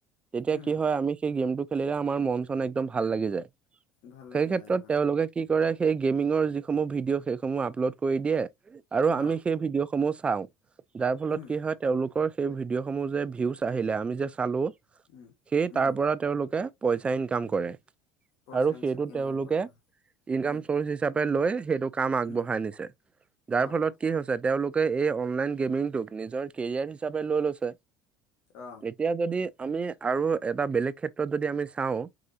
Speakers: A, on the right (about 20°); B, on the left (about 70°).
A: তেতিয়া
B: উম
A: কি হয় আমি সেই গেমটো খেলিলে আমাৰ মন চন একদম ভাল লাগি যায়
B: ভাল
A: সেই
B: লাগি
A: ক্ষেত্ৰত
B: যায় হয়
A: তেওঁলোকে কি কৰে সেই গেমিঙৰ যিসমূহ ভিডিঅ' সেইসমূহ আপলোড কৰি দিয়ে আৰু আমি
B: অ
A: সেই ভিডিঅ' সমূহ চাওঁ যাৰ ফলত
B: উম
A: কি হয় তেওঁলোকৰ সেই ভিডিঅ' সমূহ যে ভিউচ আহিলে আমি যে চালো
B: উম
A: সেয়ে
B: উম
A: তাৰ পৰা তেওঁলোকে পইচা ইনকাম কৰে
B: পইচা
A: আৰু
B: ইন
A: সেইটোত
B: ইনকাম
A: তেওঁলোকে
B: কৰে হয়
A: ইনকাম
B: উম
A: চৰ্চ হি হিচাপে লৈ সেইটো কাম আগবঢ়াই
B: উম
A: নিছে যাৰ
B: অ
A: ফলত
B: অ
A: কি হৈছে তেওঁলোক কে এই অনলাইন গেমিংটোক নিজৰ কেৰিয়াৰ হিচাপে লৈ লৈছে
B: অ
A: এতিয়া যদি আমি আৰু এটা বেলেগ ক্ষেত্ৰত যদি আমি চাওঁ